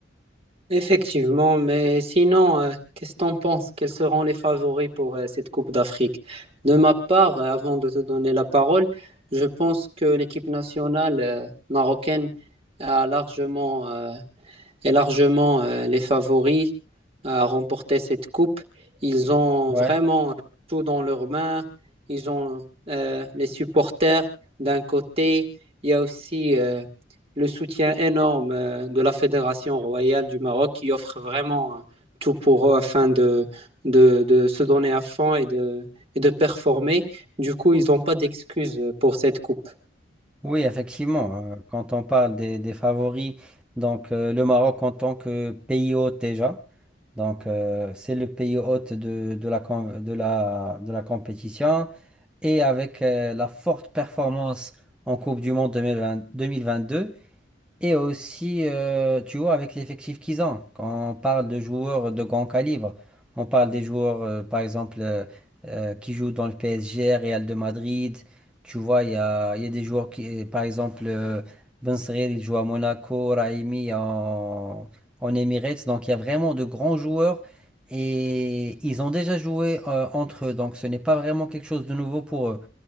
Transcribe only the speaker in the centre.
Ouais.
Oui, effectivement, euh, quand on parle des, des favoris, donc euh, le Maroc en tant que pays hôte déjà, donc euh, c'est le pays hôte de, de la, com- de la, de la compétition et avec euh, la forte performance en Coupe du Monde 2020 2022, et aussi, euh, tu vois, avec l'effectif qu'ils ont, quand on parle de joueurs de grand calibre, on parle des joueurs, euh, par exemple, euh, euh, qui jouent dans le PSG, Real de Madrid, tu vois, il y a, il y a des joueurs qui, par exemple, euh, Ben Seghir, il joue à Monaco, Raimi en, en Emirates, donc il y a vraiment de grands joueurs et ils ont déjà joué euh, entre eux, donc ce n'est pas vraiment quelque chose de nouveau pour eux.